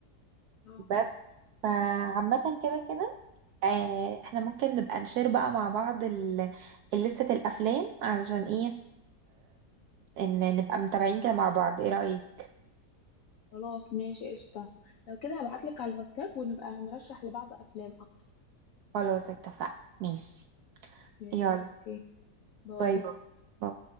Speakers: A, on the left; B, on the right.
A: اه
B: بس فعامة كده كده آه احنا ممكن نبقى نشير بقى مع بعض ال- لستة الأفلام علشان ايه إن نبقى متابعين كده مع بعض ايه رأيك؟
A: خلاص ماشي قشطة لو كده هبعتلك على الواتساب ونبقى نرشح لبعض أفلام أكتر
B: خلاص اتفقنا ماشي
A: ماشي
B: يلا
A: أوكي باي
B: باي باي باي.